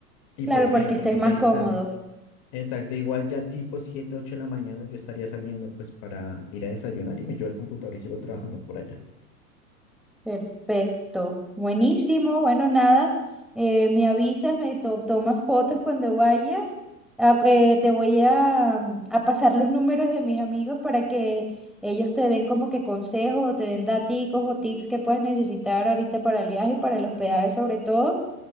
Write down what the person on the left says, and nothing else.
y
pues
bien, porque
si hay
internet. Exacto, igual ya tipo siete ocho de la mañana yo estaría saliendo pues para ir a desayunar y me llevo el computador y sigo trabajando por allá.